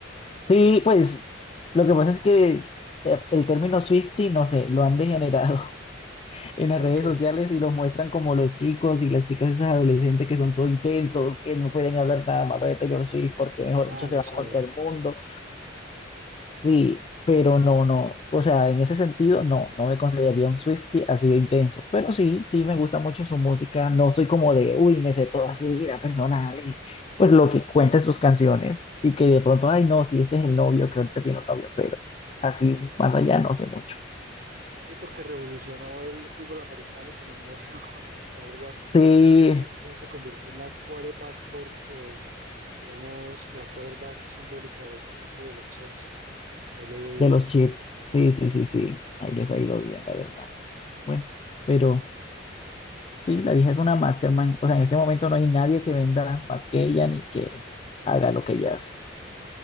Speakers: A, on the left; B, on the right.
A: Sí, pues lo que pasa es que eh, el término Swiftie, no sé, lo han degenerado en las
B: ¿Por
A: redes
B: qué?
A: sociales y los muestran como los chicos y las chicas esas adolescentes que son todo intensos, que no pueden hablar nada malo de Taylor Swift porque, mejor
B: Ah,
A: dicho, se
B: no
A: va
B: sabía.
A: contra el mundo. Sí, pero no, no, o sea, en ese sentido, no, no me consideraría un Swiftie así de intenso, pero sí, sí me gusta mucho su música, no soy como de, uy, me sé toda su vida personal y pues lo que cuenta en sus canciones y que de pronto, ay, no, sí, este es el novio que ahorita tiene un novio, pero así más allá no sé mucho.
B: Sí, porque revolucionó el fútbol americano con el novio, <laughs> con el quarterback.
A: Sí,
B: Ella se, ella se convirtió en la quarterback por, eh, digamos, la quarterback simbólica de ese equipo de los Chiefs. Ahí le ha bien,
A: De los chips. Sí, sí, sí, sí. Ahí les ha ido bien, la verdad. Bueno, pero sí, la vieja es una mastermind. O sea, en este momento no hay nadie que venda más que ella ni que haga lo que ella hace.